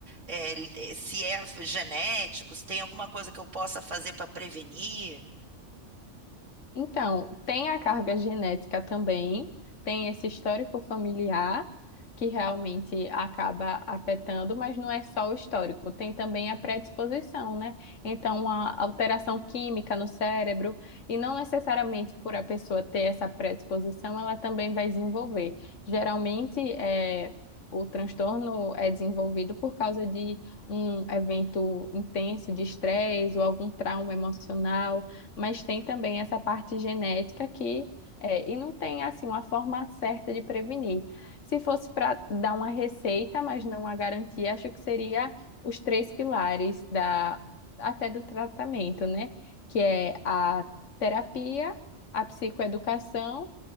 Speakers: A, on the right; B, on the left.
A: é, eh, se é genético, se tem alguma coisa que eu possa fazer para prevenir.
B: Então, tem a carga genética também, tem esse histórico familiar que realmente acaba afetando, mas não é só o histórico, tem também a predisposição, né? Então, a alteração química no cérebro, e não necessariamente por a pessoa ter essa predisposição, ela também vai desenvolver. Geralmente, é, o transtorno é desenvolvido por causa de um evento intenso de estresse ou algum trauma emocional mas tem também essa parte genética que é, e não tem assim uma forma certa de prevenir. Se fosse para dar uma receita, mas não uma garantia, acho que seria os três pilares da até do tratamento, né? Que é a terapia, a psicoeducação